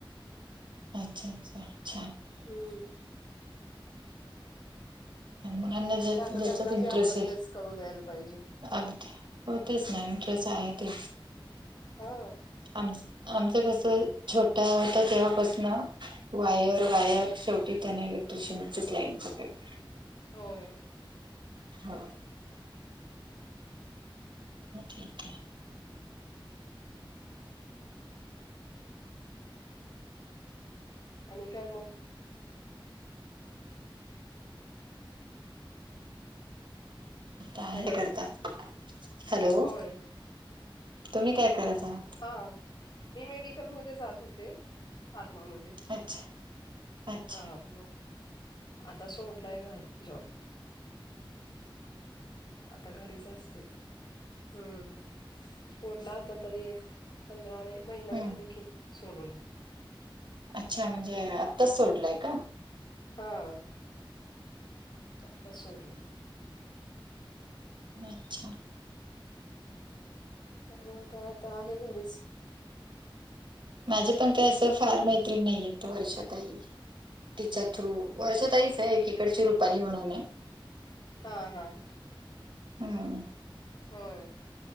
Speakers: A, on the right; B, on the left.
A: अच्छा अच्छा छांन
B: हम्मं
A: जे
B: तर आता
A: जेच्यांत
B: त्यांना
A: इंट्रस्ट
B: जे आवडेल
A: आहे
B: तेच करू द्यायला पाहिजे
A: अगदीं हो तेचं नां इंटरेस्ट आहे ते
B: हा
A: आम आमचं कसं छोटा होतां तेव्हांपासूनं वायर वायर शेवटी त्यांने इलेक्ट्रिशियनचीच लाईन पकडली
B: होयं
A: हां ठीक ठीक
B: आणि कायं मंग
A: हे
B: हॅलो
A: करतां हॅलो
B: होय
A: तुम्हीं कायं करतं आहांत
B: हां मी मेडिकलमंध्यें जातं होते फार्मामंध्ये
A: अच्छा अच्छा
B: हां मंग आतां सोडलांय घरं जॉब
A: ह <unintelligible>
B: आतां घरीचं असतें हम्मं सोडलां होतां तरी एक पंधरा नेयं महिना
A: हम्म
B: झाले की सोडूनं
A: अच्छा म्हणजे आत्ताचं सोडलायं कां
B: हां आतां सोडलं
A: अच्छा
B: मंग कायं आतां आहे घरीचं
A: माझे पणं कांहीं असं फार मैत्रीण नाहीय वर्षं कांहीं तिच्या थ्रू वर्षातांईहीचं आहे एकीकडंची रुपाली म्हणूंन आहे
B: हां हां
A: हम्म
B: होयं